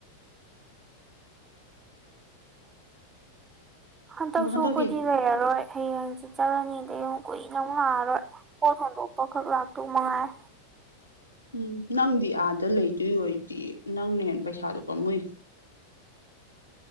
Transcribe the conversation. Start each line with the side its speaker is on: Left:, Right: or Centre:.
Right: ꯍꯟꯇꯛꯁꯨ
Left: ꯑꯗꯣ ꯍꯟꯗꯛꯀꯤ
Right: ꯈꯣꯏꯗꯤ ꯂꯩꯔꯔꯣꯏ꯫ ꯍꯌꯦꯡꯁꯤ ꯆꯠꯂꯅꯤꯗ ꯑꯃꯨꯛ ꯀꯨꯏꯅ ꯑꯃꯨꯛ ꯉꯥꯉꯔꯣꯏ ꯄꯣꯠ ꯍꯣꯟꯗꯣꯛꯄꯈꯛ ꯂꯥꯛꯇꯨ ꯃꯉꯥꯏ
Left: ꯎꯝ ꯅꯪꯗꯤ ꯑꯥꯗ ꯂꯩꯗꯣꯏ ꯑꯣꯏꯗꯤ ꯅꯪꯅ ꯍꯦ ꯄꯩꯁꯥꯗꯣ ꯄꯝꯃꯨꯏ